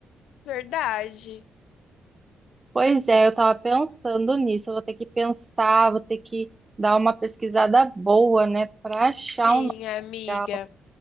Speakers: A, on the left (about 85°); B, on the right (about 25°).
A: Verdade.
B: pois é, eu tava pensando nisso. Eu vou ter que pensar, vou ter que dar uma pesquisada boa, né? Pra achar
A: Sim,
B: um.
A: amiga.
B: lugar.